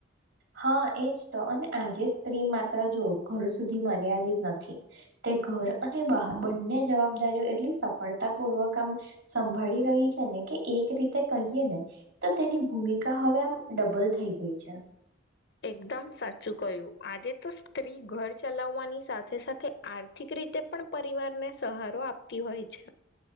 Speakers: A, on the right (about 85°); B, on the left (about 55°).
A: હા એજ તો અને આજે સ્ત્રીમાં ઘર સુધી મર્યાદિત નથી તે ઘર અને બહાર બંને જવાબદારીઓ એટલી સફળતા પૂર્વક આમ સંભાળી રહી છે ને કે એક રીતે કહીએ ને તો તેની ભૂમિકા હવે આમ ડબલ થઈ ગઈ છે
B: એકદમ સાચું કહ્યું આજે તો સ્ત્રી ઘર ચલાવવાની સાથે સાથે આતી આર્થિક રીતે પણ પરિવારને સહારો આપતી હોય છે